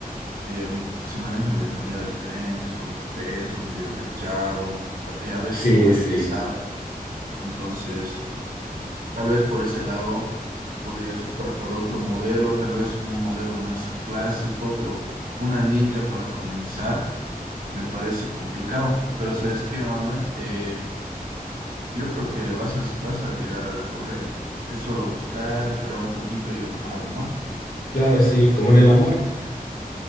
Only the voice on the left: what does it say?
Sí,
sí.
Claro, sí, como en el amor.